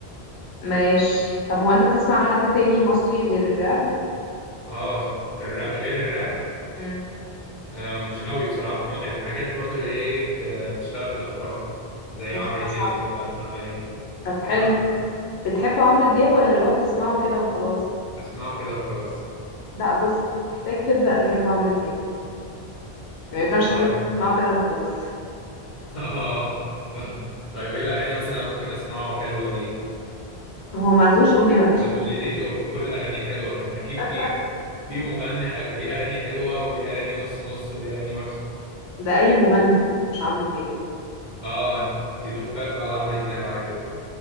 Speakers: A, on the left; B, on the left.
A: ماشي طب هو أنت بتسمع حد تاني مصري غير الراب؟
B: اه في الراب غير الراب
A: مم.
B: آه مش قوي بصراحة مو- الحاجات برضو اللي هي إيه، بت- بتشتغل في الافراح زي
A: ما
B: عمرو
A: بتسمعش
B: دياب
A: عمرو دياب؟
B: حماقي
A: طب حلو
B: نعم
A: بتحب عمرو دياب ولا اللي هو بتسمعه كده وخلاص؟
B: بسمعه كده وخلاص
A: لا بص محتاج تبدأ تحب عمرو دياب يعني ما ينفعش
B: طيب
A: تسمع- تسمعه كده وخلاص
B: <laughs> اه طيب ايه الاغاني مثلا اللي ممكن اسمعه حلوة ليه
A: هو ما عندوش أغنية وحشة
B: ما تقوليليش هو كل اغانيه حلوه طب ما اكيد
A: <laughs>
B: في في مغني ح- ليه اغاني حلوه وليه اغاني نص نص وليه اغاني وحشه
A: ده أي مغني مش عمرو دياب
B: اه انت توب فان بقى لعمرو دياب على كده